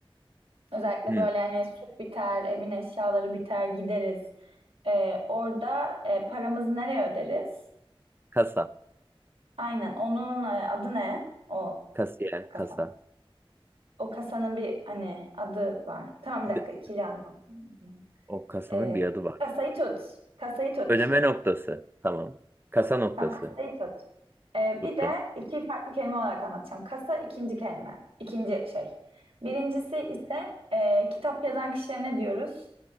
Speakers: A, on the right; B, on the right.
A: özellikle
B: Hmm.
A: böyle hani süt biter, evin eşyaları biter gideriz. Ee, orada e, paramızı nereye öderiz?
B: Kasa.
A: Aynen. Onun e, adı ne? O
B: Kasiyer.
A: kasa.
B: Kasa.
A: O kasanın bir hani adı var. Tamam bir dakika
B: D-
A: ikili anlatayım.
B: o kasanın
A: Ee,
B: bir adı var.
A: kasayı tut. Kasayı tut.
B: Ödeme noktası. Tamam. Kasa noktası.
A: Tamam kasayı tut. Ee,
B: Tuttum.
A: bir de iki farklı kelime olarak anlatacağım. Kasa ikinci kelime. İkinci şey. Birincisi ise e, kitap yazan kişilerine diyoruz.